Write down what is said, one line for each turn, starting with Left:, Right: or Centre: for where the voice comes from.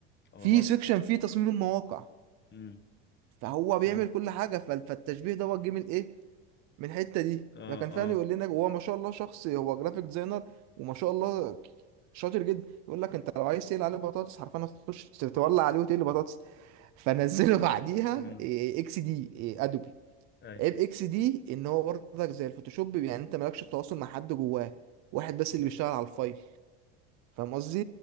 Left: او
Right: في
Left: القصد
Right: سيكشن فيه تصميم المواقع
Left: امم
Right: فهو بيعمل
Left: امم
Right: كل حاجه ف- فالتشبيه دوت جه من ايه من الحته دي
Left: اه
Right: فكان فعلا
Left: آه.
Right: يقول لنا هو ما شاء الله شخص هو جرافيك ديزاينر وما شاء الله شاطر جدا يقول لك انت لو عايز تقلي عليه بطاطس حرفيا هتخش تولع عليه وتقلي بطاطس فنزله <laughs> بعديها
Left: امم
Right: إيه، إيه، اكس دي إيه، ادوبي
Left: اي
Right: عيب اكس دي ان هو برضك زي الفوتوشوب يعني انت مالكش تواصل مع حد جواه واحد بس اللي بيشتغل على الفايل فاهم قصدي